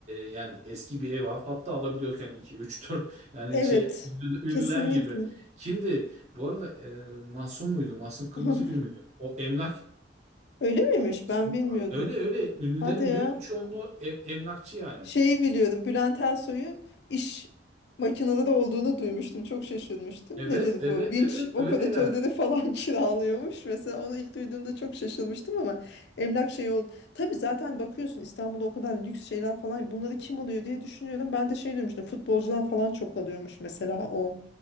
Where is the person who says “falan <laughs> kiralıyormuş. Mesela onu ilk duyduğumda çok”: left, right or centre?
Left